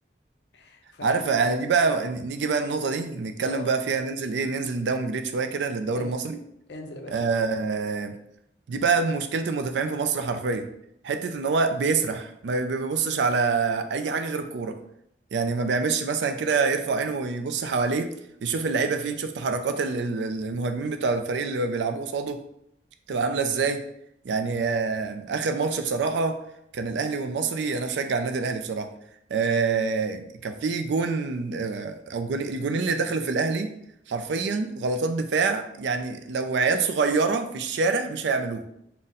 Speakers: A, on the left (about 65°); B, on the right (about 75°).
A: <laughs> فيعني
B: عارف يعني
A: مش
B: دي بقى نيجي بقى النقطة دي نتكلم
A: اه
B: بقى فيها ننزل ايه ننزل داون جريد شوية كده للدوري
A: انزل
B: المصري
A: انزل يا باشا
B: آه دي بقى مشكلة المدافعين في مصر حرفيا حتة ان هو بيسرح ما بيبصش على اي حاجة غير الكورة يعني ما بيعملش مثلا كده يرفع عينه ويبص حواليه يشوف اللعيبة فين يشوف تحركات ال- ال- المهاجمين بتاع الفريق اللي بيلعبوا قصاده تبقى عامله ازاي يعني آه، اخر ماتش بصراحه كان الاهلي والمصري انا بشجع النادي الاهلي بصراحه آه، كان في جون آه، او جون الجونين اللي دخلوا في الاهلي حرفيا غلطات دفاع يعني لو عيال صغيره في الشارع مش هيعملوها